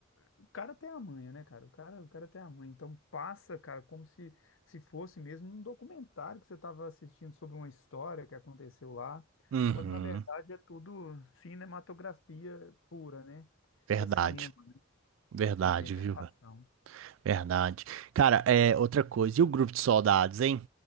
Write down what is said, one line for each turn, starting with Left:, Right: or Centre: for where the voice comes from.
Left: O cara tem a manha, né, cara? O cara, o cara tem a manha. Então passa, cara, como se, se fosse mesmo um documentário que você estava assistindo sobre uma história que aconteceu lá,
Right: uhum,
Left: quando na verdade é tudo cinematografia pura, né?
Right: verdade,
Left: É cinema,
Right: verdade,
Left: é interpretação.
Right: viu? Verdade. Cara, é outra coisa. E o grupo de soldados, hein?